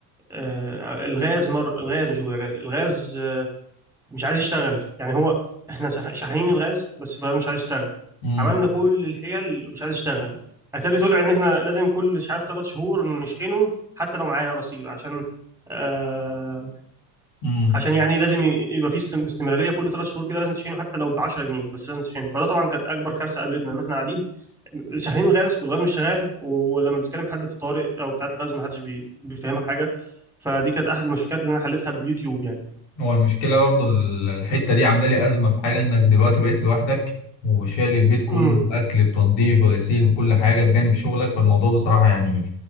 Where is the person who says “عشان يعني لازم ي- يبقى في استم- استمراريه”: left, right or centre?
Centre